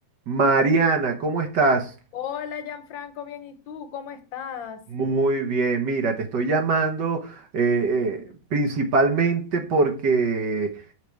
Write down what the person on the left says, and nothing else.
Hola, Gianfranco, bien, ¿y tú cómo estás?